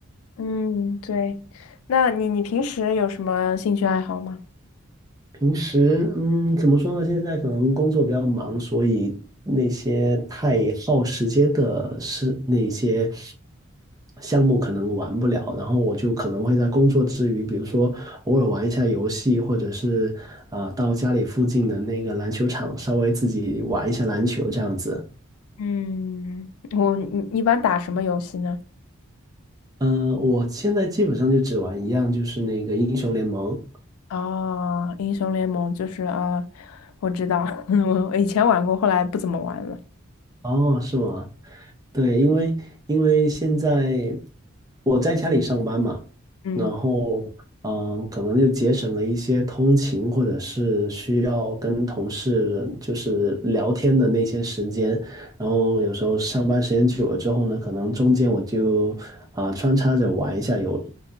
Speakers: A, on the left (about 80°); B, on the right (about 15°).
A: 嗯，对。那你你平时有什么兴趣爱好吗？
B: 平时，嗯，怎么说呢？现在可能工作比较忙，所以那些太耗时间的事，那些项目可能玩不了。然后我就可能会在工作之余，比如说偶尔玩一下游戏，或者是啊、呃到家里附近的那个篮球场稍微自己玩一下篮球这样子。
A: 嗯，我你你一般打什么游戏呢？
B: 嗯、我现在基本上就只玩一样，就是那个英雄联盟。
A: 哦，英雄联盟就是啊，我知道，<laughs> 我以前玩过，后来不怎么玩了。
B: 哦，是吗？对，因为因为现在我在家里上班嘛，
A: 嗯，
B: 然后嗯，可能就节省了一些通勤或者是需要跟同事就是聊天的那些时间，然后有时候上班时间久了之后呢，可能中间我就啊、穿插着玩一下有